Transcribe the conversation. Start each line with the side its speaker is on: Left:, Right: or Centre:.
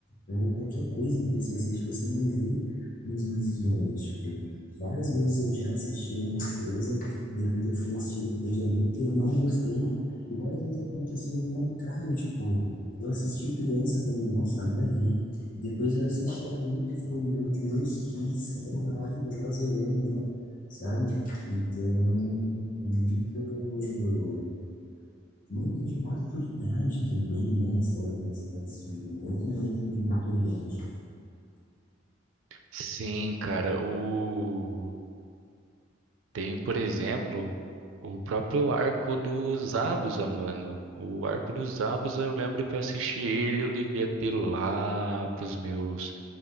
Left: ou qualquer coisa que você assiste, você não vê nos meus olhos. Tipo, várias vezes eu já assisti alguma coisa, depois eu fui assistir depois de adulto e eu não gostei, e várias vezes aconteceu o contrário, tipo, eu assisti criança, falei, nossa, nada a ver. Depois eu assisti adulto e falei, meu Deus, que série maravilhosa, eu amei, sabe? Então, é muito, muito de maturidade também, né? A série que você está assistindo, muito mesmo de maturidade.
Right: Sim, cara, o. Tem, por exemplo, o próprio arco do Zabuza, mano. O arco do Zabuza, eu lembro que eu assisti ele, eu devia ter lá pros meus